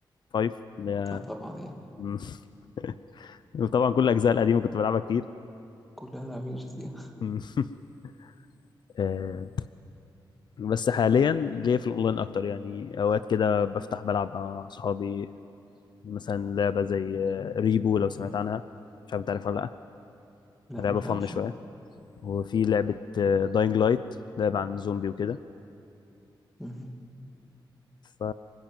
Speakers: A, on the left (about 65°); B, in the centre.
A: 5 اللي هي
B: اه طبعا يعني
A: <laughs> وطبعا كل الاجزاء القديمه كنت بلعبها كتير
B: كلنا لاعبين جي تي <laughs>
A: <laughs> آه، بس حاليا ليا في الاونلاين اكتر يعني اوقات كده بفتح بلعب مع اصحابي مثلا لعبه زي آه، ريبو لو سمعت عنها مش عارف انت عارفها ولا
B: لا
A: لا لعبه
B: مش
A: فن
B: عارف
A: شويه
B: أنا.
A: وفي لعبه داينج لايت لعبه عن زومبي وكده
B: مم.
A: ف